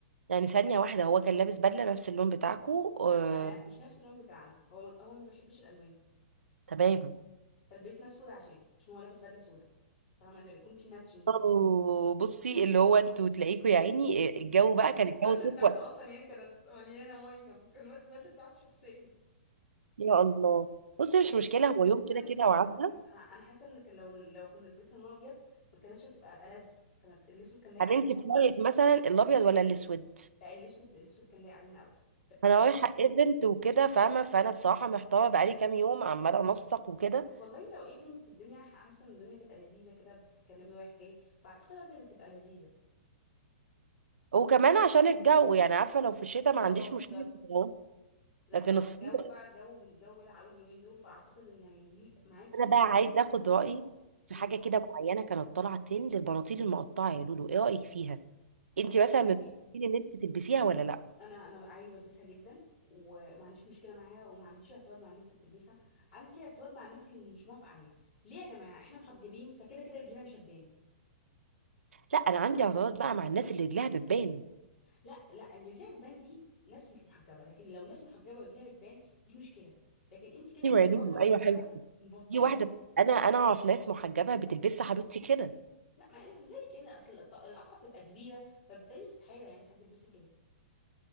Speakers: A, on the right; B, on the left.
A: يعني ثانيه واحده هو كان لابس بدله نفس اللون بتاعكو آه.
B: لا لا مش نفس اللون بتاعنا هو ما... هو ما بيحبش الالوان
A: تمام
B: فلبسنا اسود عشانه عشان هو لابس بدله سودا فاهمه اللي بيكون في ماتشنج
A: اوه بصي اللي هو انتوا تلاقيكوا يا عيني آه، الجو بقى كان
B: البدله
A: الجو صيف
B: بتاعته
A: وقت
B: اصلا يعني كانت مليانه ميه كان البدله بتاعته شخصيا
A: يا الله بصي مش
B: بس
A: مشكله
B: يعني كانت
A: هو يوم
B: شكلها
A: كده
B: لذيذ
A: كده وعدى
B: على فكره انا انا حاسه ان كان لو لو كنا لبسنا لون ابيض ما كانتش هتبقى ألذ كانت الاسود كان لايق
A: هنمشي
B: علينا
A: في رايك مثلا الابيض ولا الاسود
B: لا الاسود الاسود كان لايق علينا قوي قوي
A: انا رايحه ايفنت وكده فاهمه فانا بصراحه محتاره بقالي كام يوم عماله انسق وكده
B: والله لو ايفنت الدنيا ح- حاسه ان الدنيا تبقى لذيذه كده بتتكلمي رايح جاي فاعتقد البيضه تبقى لذيذه
A: وكمان عشان الجو يعني عارفه لو في الشتاء ما
B: اه
A: عنديش
B: بالظبط
A: مشكله في الجو
B: لا
A: لكن
B: لو
A: الصيف
B: الجو بقى جو من جو العوي اليومين دول فاعتقد ان هيليق معاكي
A: انا بقى عايز اخد
B: ابيض
A: رايي في
B: امم
A: حاجه كده معينه كانت طالعه ترند للبناطيل المقطعه يا لولو ايه رايك فيها انت
B: والله
A: مثلا
B: بصي
A: من المقتنعين ان انت تلبسيها ولا لا
B: انا انا بقى عادي بلبسها جدا وما عنديش مشكله معاها وما عنديش اعتراض مع الناس اللي بتلبسها عندي اعتراض مع الناس اللي مش موافقه عليها ليه يا جماعه احنا محجبين فكده كده رجلينا مش هتبان
A: لا انا عندي اعتراض بقى مع الناس اللي رجلها بتبان
B: لا لا اللي رجليها بتبان دي ناس مش محجبه لكن لو ناس محجبه رجليها بتبان دي مشكله لكن انت كده
A: ايوه
B: كده
A: يا
B: كواحده
A: لولو
B: محجبه
A: ايوه حلو
B: مبطنه
A: في واحده انا انا اعرف ناس محجبه بتلبسها حبيبتي كده
B: لا ما ازاي كده اصل القط- القطعه بتبقى كبيره فبالتالي استحاله يعني حد يلبسها كده